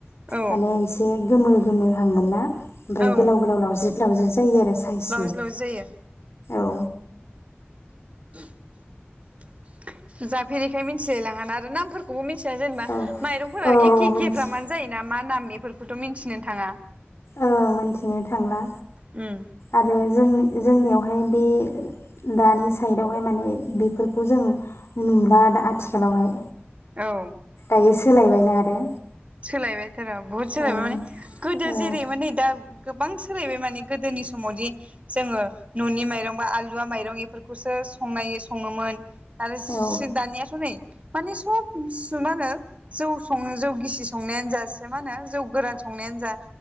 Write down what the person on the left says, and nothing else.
माने इसे। गोमो गोमोहांमोन ना? ओमफ्राय
गोलाव गोलाव लावज्रिद। लावज्रिद जायो आरो। साइसनि
औ।
औ
औ
मोनथि
ओं मोनथिनो थांला
आरो जोंनि जोंनियावहाय बे दानि साइडआवहाय माने बेफोरखौ जों नुला आथ आथिखालावहाय।
दायो सोलायबायना आरो।
औ
औ
औ